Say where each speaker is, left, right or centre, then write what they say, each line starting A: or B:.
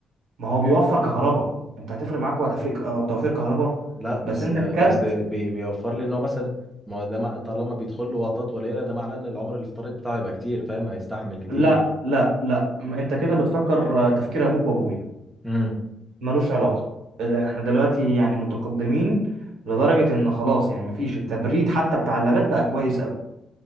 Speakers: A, on the right; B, in the centre.
A: ما هو بيوفر كهرباء انت هتفرق معاك وهتفرق اه، توفير كهرباء
B: لا بس
A: بس انت
B: بس
A: الكارت
B: بي- بيوفر لي ان هو مثلا ما هو ده مع- طالما بيدخل له وطات قليله ده معناه ان العمر الافتراضي بتاعه هيبقى كتير فاهم هيستحمل كتير
A: لا لا لا ما انت كده بتفكر اه، تفكير ابوك وابويا
B: امم
A: ملوش علاقه لا، احنا دلوقتي يعني متقدمين لدرجه ان خلاص يعني مفيش التبريد حتى بتاع اللابات بقى كويس قوي